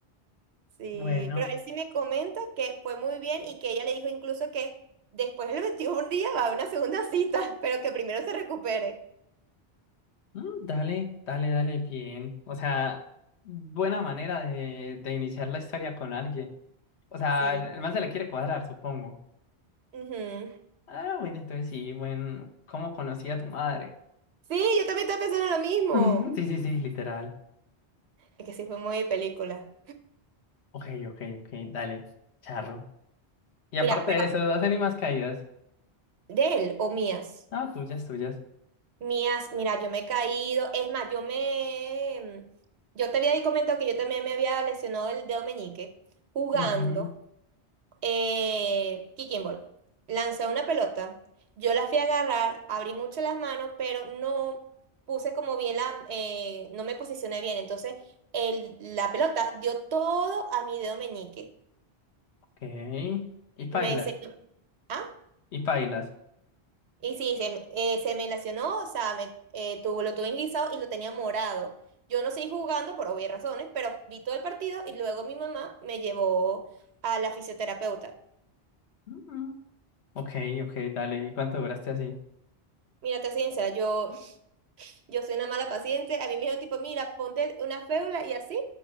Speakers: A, on the right; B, on the left.
A: Sí,
B: bueno.
A: pero él sí me comenta que fue muy bien y que ella le dijo incluso que después del 21 día va a haber una segunda cita, <laughs> pero que primero se recupere.
B: Mm, dale, dale, dale, bien. O sea, buena manera de, de iniciar la historia con alguien. O sea,
A: Sí.
B: el, el man se la quiere cuadrar, supongo.
A: Ujú.
B: Ah, bueno, entonces sí, bueno, ¿cómo conocí a tu madre?
A: Sí, yo también estaba pensando en lo mismo.
B: <laughs> Sí, sí, sí, literal.
A: Es que sí fue muy de película.
B: Ok, ok, ok, dale, charro. Y
A: Mira,
B: aparte
A: pero
B: de eso, ¿hacen ni más caídas?
A: de él o mías.
B: No, tuyas, tuyas.
A: Mías, mira, yo me he caído. Es más, yo me. mm, Yo te había comentado que yo también me había lesionado el dedo meñique jugando
B: Ujú,
A: eh, kicking ball. Lancé una pelota. Yo la fui a agarrar, abrí mucho las manos, pero no puse como bien la. eh, no me posicioné bien. Entonces, el, la pelota dio todo a mi dedo meñique.
B: Ok. Y pailas,
A: Me se- ¿Ah?
B: y pailas.
A: Y sí, se, eh, se me lacionó, o sea, me, eh, tu- lo tuve en guisado y lo tenía morado. Yo no seguí jugando por obvias razones, pero vi todo el partido y luego mi mamá me llevó a la fisioterapeuta.
B: Ujú. Ok, ok, dale. ¿Y cuánto duraste así?
A: Mira, te soy sincera, yo, <laughs> yo soy una mala paciente. A mí me dijeron tipo, mira, ponte una fédula y así,